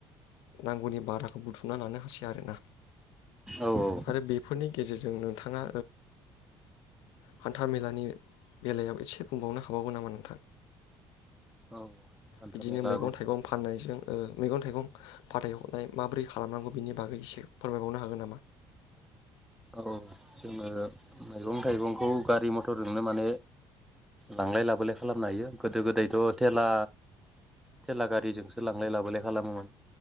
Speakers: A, on the left (about 85°); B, in the centre.
A: नांगौनि बाराखौ बुथुमना लानो हासै आरोना।
B: औ औ
A: आरो बेफोरनि। गेजेरजों नोंथाङा हान्था मेलानि बेलायाव एसे। बुंबावनो हाबावगोन नामा नोंथां?
B: औ हान्था
A: बिदिनो
B: मेला
A: मैगं
B: बुं
A: थाइगं फाननायजों। मैगं थाइगं फाथायहरनाय माबोरै खालामनांगौ बिनि बागै एसे। फोरमायबावनो हागोन नामा
B: औ जोंङो। मैगं थाइगंखौ गारि मथरजोंनो माने लांलाय लाबोलाय खालामनो हायो गोदो गोदायथ थेला थेला गारिजोंसो लांलाय लाबोलाय खालामोमोन।